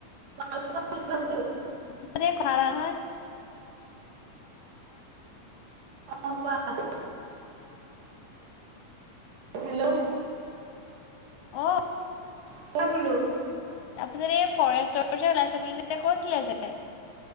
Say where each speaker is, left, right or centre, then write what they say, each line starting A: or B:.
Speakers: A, on the right; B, on the left.
A: <inaudible>
B: পিছে, এই কথা এটা নহয়?
A: অঁ, কোৱা, হেল্ল'।
B: অ'।
A: <unintelligible> বোলো।
B: তাৰপিছত, এই ফৰেষ্টৰ যে, ওলাইছে বুলি যে, কৈছিলে যে।